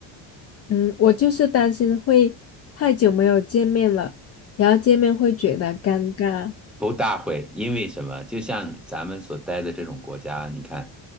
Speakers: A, on the left (about 35°); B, in the centre.
A: 嗯，我就是担心会太久没有见面了，然后见面会觉得尴尬。
B: 不大会，因为什么？就像咱们所待的这种国家，你看，